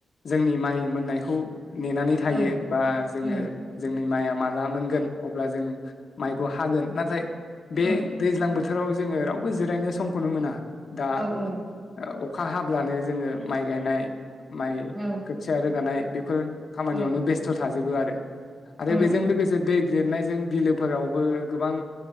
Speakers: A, on the left; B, on the right.
A: जोंनि माइ मोननायखौ नेनानै थायो
B: औ
A: बा जोङो
B: उम
A: जोंनि माइया माला मोनगोन आब्ला जोङो माइखौ हागोन नाथाय
B: उम
A: बे दैज्लां बोथ थोराव जोङो रावबो जिरायनो समखौनो मोना दा
B: औ औ
A: औ अखा हाब्लानो जोङो माइ गायनाय माइ
B: औ
A: खोथिया रोगानाय बेफो खामानियावनो
B: औ
A: बेस्थ' थाजोबो आरो आरो
B: उम
A: बेजों
B: उम
A: लोगोसे दैद लिरनायजों बिलोफोरावबो गोबां